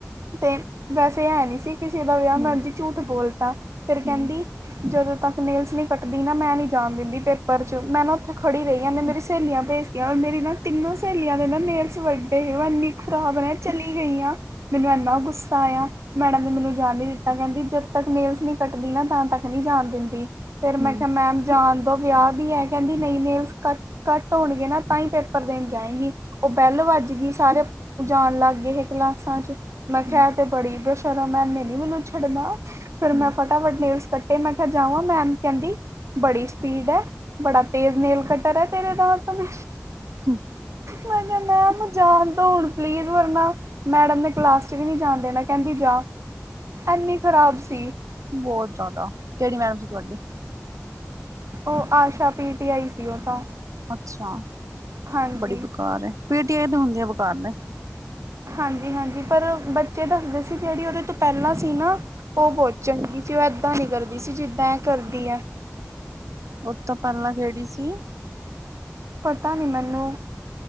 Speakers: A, on the right (about 65°); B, on the right (about 90°).
A: ਤੇ ਵੈਸੇ ਹੈ ਨੀ ਸੀ। ਕਿਸੇ ਦਾ ਵਿਆਹ
B: ਹਮ
A: ਮੈਂ ਉਂਜ
B: ਹਮ
A: ਈ ਝੂਠ ਬੋਲਤਾ, ਫੇਰ ਕੈਂਦੀ
B: ਹਮ
A: ਜਦੋਂ ਤੱਕ ਨੇਲਸ ਨੀ ਕੱਟਦੀ ਨਾ ਮੈਂ ਨੀ ਜਾਣ ਦਿੰਦੀ ਪੇਪਰ 'ਚ, ਮੈਂ ਨਾ ਉੱਥੇ ਖੜੀ ਰਈ, ਐਨੇ ਮੇਰੀ <unintelligible> ਸੇਲੀਆਂ ਭੇਜਤੀਆਂ ਔਰ ਮੇਰੀ ਨਾ ਤਿੰਨੋ ਸੇਲੀਆਂ ਦੇ ਨਾ ਨੇਲਸ ਵੱਡੇ, ਓ ਇੰਨੀ ਖਰਾਬ ਨੇ ਚਲੀ ਗਈਆਾ, ਮੈਨੂੰ ਐਨਾ ਗੁੱਸਾ ਆਇਆ। ਮੈਡਮ ਨੇ ਮੈਨੂੰ ਜਾਣ ਨੀ ਦਿੱਤਾ, ਕੈਂਦੀ ਜਦ ਤੱਕ ਨੇੇਲਸ ਨੀ ਕੱਟਦੀ ਨਾ, ਤਾਂ ਤੱਕ ਨੀ ਜਾਣ ਦਿੰਦੀ। ਫੇਰ ਮੈਂ
B: ਹਮ
A: ਕਿਆ ਮੈਮ ਜਾਣ ਦੋ ਵਿਆਹ ਵੀ ਐ, ਕੈਂਦੀ ਨਈ ਨੇਲਸ ਕ ਘਟ ਹੋਣਗੇ ਨਾ ਤਾਂ ਈ ਪੇਪਰ ਦੇਣ ਜਾਏਗੀ ਓ ਬੈਲ ਵਜਗੀ ਸਾਰੇ ਜਾਣ ਲਾਗੇ ਏਹ ਕਲਾਸਾਂ ਚ। ਮੈਂ
B: ਹਮ
A: ਖਿਆ ਐ ਤੇ ਬੜੀ ਬੇਸ਼ਰਮ ਐ ਐਨੇ ਨੀ ਮੈਨੂੰ ਛੱਡਣਾ ਫੇਰ
B: ਹਮ
A: ਮੈਂ
B: ਹਮ
A: ਫਟਾਫਟ ਨੇਲਸ ਕਟੇ ਮੈਂ ਖਿਆ ਜਾਵਾਂ ਮੈਮ ਕੈਂਦੀ ਬੜੀ ਸਪੀਡ ਐ ਬੜਾ ਤੇਜ਼ ਨੇਲ ਕਟਰ ਐ ਤੇਰੇ ਦਾ ਤਾਂ ਮੈਂ
B: ਹੂੰ।
A: ਮੈਂ ਕਿਆ ਮੈਂਮ ਜਾਣ ਦੋ ਹੁਣ ਪਲੀਜ਼ ਵਰਨਾ ਮੈਡਮ ਨੇ ਕਲਾਸ ਚ ਵੀ ਨੀ ਜਾਣ ਦੇਣਾ ਕੈਂਦੀ ਜਾ ਐਨੀ ਖ਼ਰਾਬ ਸੀ।
B: ਬੋਤ ਜਾਦਾ ਕੇੜੀ ਮੈਮ ਸੀ ਤੁਹਾਡੀ?
A: ਓ ਆਸ਼ਾ ਪੀ ਟੀ ਆਈ ਸੀ ਓ ਤਾਂ।
B: ਅੱਛਾ
A: ਹਾਂਜੀ
B: ਬੜੀ ਬੁਕਾਰ ਐ ਪਿਟੀ ਏ ਤੇ ਹੁੰਦੀ ਆ ਬੁਕਾਰ ਨੇ।
A: ਹਾਂਜੀ ਹਾਂਜੀ ਪਰ ਬੱਚੇ ਦੱਸਦੇ ਸੀ ਜੇੜੀ ਓਦੇ ਤੋਂ ਪੈਲਾਂ ਸੀ ਨਾ ਓ ਬੋਤ ਚੰਗੀ ਸੀ ਓ ਏਦਾਂ ਨੀ ਕਰਦੀ ਸੀ ਜਿੱਦਾਂ ਐ ਕਰਦੀ ਐ।
B: ਓਤੋ ਪੈਲਾ ਕੇੜੀ ਸੀ?
A: ਪਤਾ ਨੀ ਮੈਨੂੰ।